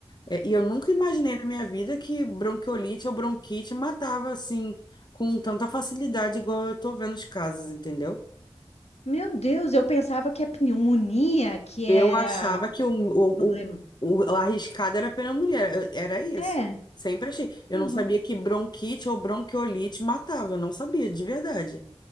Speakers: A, on the left; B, on the left.
A: É, e eu nunca imaginei na minha vida que bronquiolite ou bronquite matava assim com tanta facilidade, igual eu tô vendo os casos, entendeu?
B: Meu Deus, eu pensava que a pneumonia que
A: Eu
B: era
A: achava que o, o,
B: problema.
A: o, o arriscado era a pneumonia, era era isso.
B: É,
A: Sempre achei. Eu
B: aham.
A: não sabia que bronquite ou bronquiolite matava, eu não sabia, de verdade.